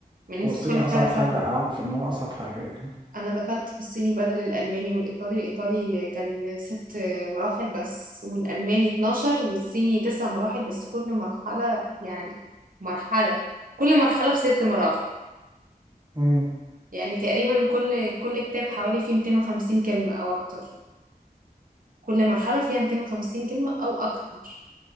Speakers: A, on the right (about 60°); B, on the right (about 30°).
A: من ان انت
B: هو الصيني
A: تدخلي
B: اصعب
A: في حاجه سهله
B: حاجه اعرف ان هو اصعب حاجه يعني
A: انا دخلت في الصيني بدل الالماني والايطالي الايطالي كان ست مراحل بس والالماني 12 والصيني تسع مراحل بس كل مرحله يعني مرحله كل مرحله بست مراحل
B: مم.
A: يعني تقريبا كل كل كتاب حوالي فيه 250 كلمه او اكتر كل مرحله فيها 250 كلمه او اكتر